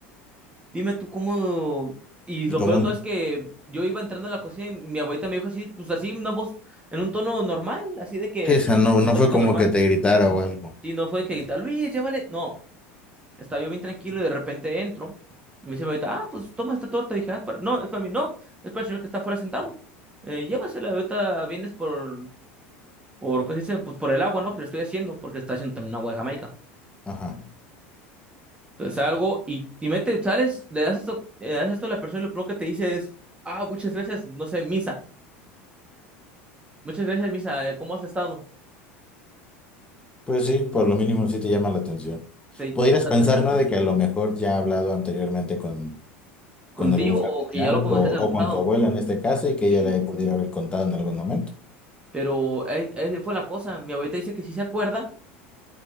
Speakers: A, on the right; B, on the left.
A: Dime tú cómo. Y lo
B: como,
A: peor de todo es que yo iba entrando a la cocina y mi abuelita me dijo así, pues así, una voz, en un tono normal, así de que,
B: sí, esa no,
A: una
B: no
A: plática
B: fue como
A: normal.
B: que te gritara o algo.
A: Y no fue de que grita, Luis, llévale. No, estaba yo bien tranquilo y de repente entro. Y me dice mi abuelita, ah, pues toma esta torta. Y dije, ah, para- no, es para mí, no, es para el señor que está afuera sentado. Eh, llévasela, ahorita vienes por, por, ¿cómo se dice? Pues por el agua, ¿no? Que le estoy haciendo, porque está haciendo también agua de Jamaica.
B: Ajá.
A: Entonces algo y, y mete, sales, le das esto, le das esto a la persona y lo primero que te dice es, ah, muchas gracias, no sé, Misa. Muchas gracias, Misa, eh, ¿cómo has estado?
B: Pues sí, por lo mínimo sí te llama la atención.
A: Te,
B: Podrías
A: o sea,
B: pensar,
A: te saca
B: ¿no? De que a lo mejor ya ha hablado anteriormente con,
A: contigo
B: con algún familiar
A: o que ya lo conocías
B: o,
A: de algún
B: o con
A: lado.
B: tu abuela en este caso y que ella
A: Sí,
B: le pudiera haber contado en algún momento.
A: pero eh, esa fue la cosa. Mi abuelita dice que sí se acuerda,